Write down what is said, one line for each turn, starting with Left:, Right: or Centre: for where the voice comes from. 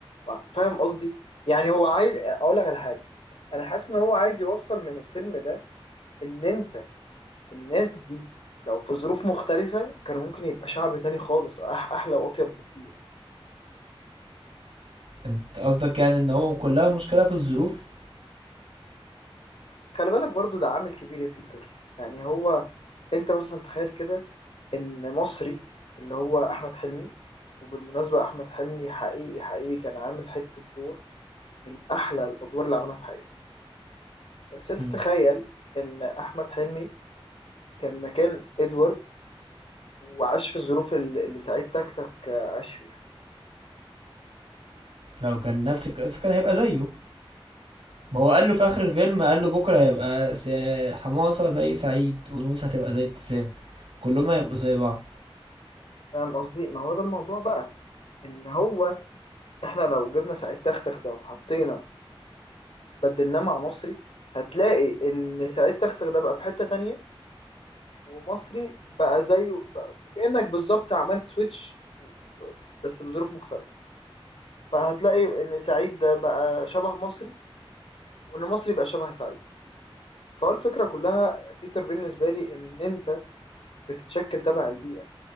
Left: وعن فاهم قصدي؟ يعني هو عايز أقول لك على حاجة أنا حاسس إن هو عايز يوصل من الفيلم ده إن أنت الناس دي لو في ظروف مختلفة كان ممكن يبقى شعب تاني خالص أح- أحلى وأطيب بكتير
Right: انت قصدك يعني ان هو كلها مشكله في الظروف
Left: خلي بالك برضو ده عامل كبير يا بيتر يعني هو انت مثلا تخيل كده ان مصري اللي هو احمد حلمي وبالمناسبة احمد حلمي حقيقي حقيقي كان عامل حتة دور من احلى الادوار اللي عملها في حياته بس انت
Right: مم.
Left: تخيل ان احمد حلمي كان مكان ادوارد وعاش في الظروف ال- اللي سعيد تكتك عاش فيها
Right: لو كان نفس القصه كان هيبقى زيه ما هو قال له في اخر الفيلم قال له بكره هيبقى س- حماصه زي سعيد ونوسه هتبقى زي ابتسام كلهم هيبقوا زي بعض
Left: فاهم قصدي ما هو ده الموضوع بقى ان هو احنا لو جبنا سعيد تكتك ده وحطينا بدلناه مع مصري هتلاقي ان سعيد تكتك ده بقى في حتة تانية ومصري بقى زيه بقى كأنك بالظبط عملت سويتش و- بس بظروف مختلفة فهتلاقي إن سعيد ده بقى شبه مصري وإن مصري بقى شبه سعيد فهو الفكرة كلها بيتر بالنسبة لي إن أنت بتتشكل تبع البيئة